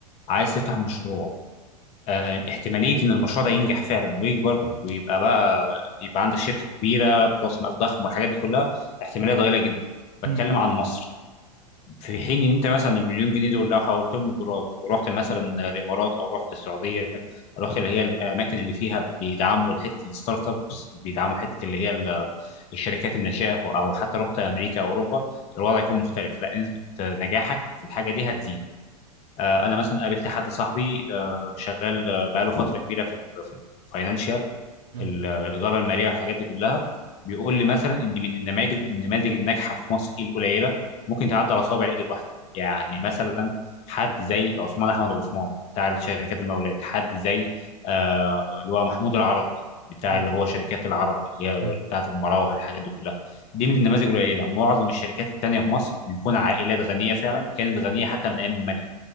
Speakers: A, on the left (about 30°); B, on the right (about 75°).
A: عايز تفتح مشروع آه احتماليه ان المشروع ده ينجح فعلا ويكبر ويبقى بقى يبقى عندك شركه كبيره براس مال ضخم والحاجات دي كلها احتماليه ضئيله جدا بتكلم
B: مم،
A: عن مصر في حين ان انت مثلا المليون جنيه دول لو حولتهم لدولار ورحت مثلا الامارات او رحت السعوديه رحت اللي هي الاماكن اللي فيها بيدعموا حته الستارت ابس بيدعموا حته اللي هي ال- الشركات الناشئه او حتى رحت امريكا او اوروبا الوضع يكون مختلف لا نسبه نجاحك في الحاجه دي هتزيد آه، انا مثلا قابلت حد صاحبي آه، شغال آه، بقاله فتره كبيره في ال في الفاينانشال
B: مم،
A: ال- الاداره الماليه والحاجات دي كلها بيقول لي مثلا ان من النماذج النماذج الناجحه في مصر ايه القليله ممكن تعدي على صوابع الايد الواحده يعني مثلا حد زي عثمان احمد عثمان بتاع شركات المقاولات حد زي آه اللي هو محمود العربي بتاع
B: مم.
A: اللي هو شركات العربي اللي هي
B: ايوه
A: بتاعت المراوح والحاجات دي كلها دي من النماذج القليله معظم الشركات التانيه في مصر بيكون عائلات غنيه فعلا كانت غنيه حتى من ايام الملك